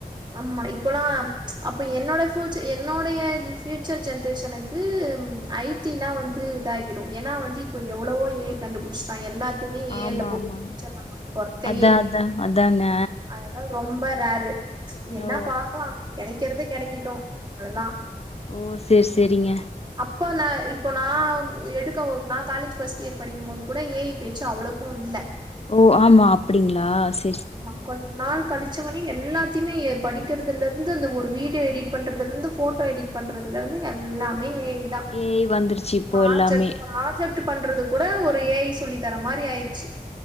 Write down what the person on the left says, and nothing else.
ஆமா
ஆமாங்க
அதா அதா அதாங்க
ஓ
ஓ சேர் சேரிங்க
ஓ ஆமா அப்டிங்களா செ
ஏ ஐ வந்துருச்சு இப்போ
எல்லாமே